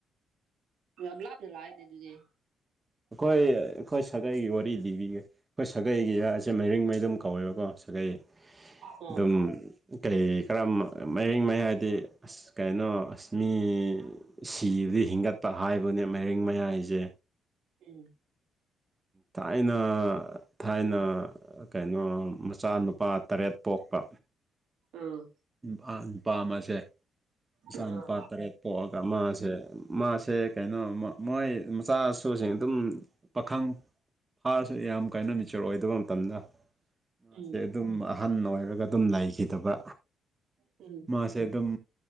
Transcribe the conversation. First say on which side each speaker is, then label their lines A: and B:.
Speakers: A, on the right; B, on the right.
A: ꯝꯂꯗ ꯂꯥꯏꯗꯤꯦ ꯑꯗꯨꯗꯤꯦ
B: ꯑꯩꯈꯣꯏ ꯑꯩꯈꯣꯏ ꯁꯥꯒꯩꯒꯤ ꯋꯥꯔꯤ ꯂꯤꯕꯤꯒꯦ ꯑꯩꯈꯣꯏ ꯁꯥꯒꯩꯒꯤꯁꯦ ꯃꯔꯤꯡꯉꯩ ꯑꯗꯨꯝ ꯀꯧꯋꯦꯕꯀꯣ ꯁꯥꯒꯩ
A: ꯑꯥ
B: ꯑꯗꯨꯝ ꯀꯩ ꯀꯔꯝꯕ ꯃꯔꯤꯡ ꯃꯩ ꯍꯥꯏꯗꯤ ꯑꯁ ꯀꯩꯅꯣ ꯑꯁ ꯃꯤ ꯁꯤꯕꯗꯤ ꯍꯤꯡꯒꯠꯄ ꯍꯥꯏꯕꯅꯦ ꯃꯥꯏꯔꯤꯡ ꯃꯌꯥꯏꯁꯦ
A: ꯎꯝ
B: ꯊꯥꯏꯅ ꯊꯥꯏꯅ ꯀꯩꯅꯣ ꯃꯆꯥꯅꯨꯄꯥ ꯇꯔꯦꯠ ꯄꯣꯛꯄ
A: ꯑꯥ
B: ꯄꯥ ꯅꯨꯄꯥ ꯑꯃꯁꯦ ꯃꯆꯥ
A: ꯑꯥ
B: ꯅꯨꯄꯥ ꯇꯔꯦꯠ ꯄꯣꯛꯑꯒ ꯃꯥꯁꯦ ꯃꯥꯁꯦ ꯀꯩꯅꯣꯃ ꯃꯣꯏ ꯃꯆꯥꯁꯨꯁꯤꯡ ꯑꯗꯨꯝ ꯄꯥꯈꯪ ꯐꯥꯔꯁ ꯌꯥꯝ ꯀꯥꯏꯟꯅ ꯃꯤꯦꯆꯣꯔ ꯑꯣꯏꯗꯕ ꯃꯇꯝꯗ ꯃꯥꯁꯦ
A: ꯎꯝ
B: ꯑꯗꯨꯝ ꯑꯍꯟ ꯑꯣꯏꯔꯒ ꯑꯗꯨꯝ ꯂꯩꯈꯤꯗꯕ
A: ꯎꯝ
B: ꯃꯥꯁꯦ ꯑꯗꯨꯝ